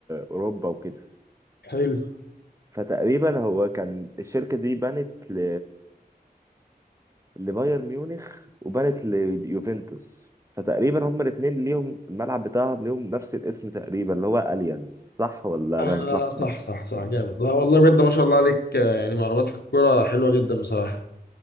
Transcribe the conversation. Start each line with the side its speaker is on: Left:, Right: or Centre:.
Right: اوروبا وكده
Left: حلو
Right: فتقريبا هو كان الشركه دي بنت ل... لبايرن ميونخ وبانت ليوفنتوس فتقريبا هما الاثنين ليهم الملعب بتاعهم ليهم نفس الاسم تقريبا اللي هو اليانز صح ولا
Left: آه
Right: انا
Left: لا
Right: متلخبط
Left: لا صح صح صح جامد لا والله بجد ما شاء الله عليك آه، يعني معلوماتك في الكوره حلوه جدا بصراحه